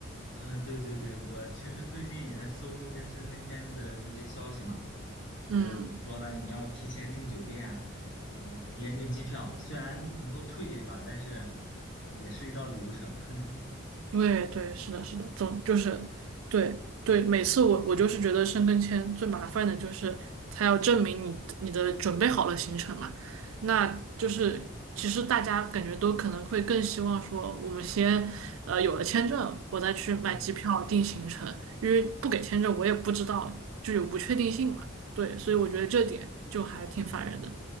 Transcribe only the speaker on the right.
嗯，
对对，是的，是的，总就是对对，每次我我就是觉得申根签最麻烦的就是他要证明你你的准备好了行程嘛，那就是其实大家感觉都可能会更希望说我们先呃有了签证，我再去买机票定行程，
因为不给签证我也不知道就有不确定性嘛，对，所以我觉得这点就还挺烦人的。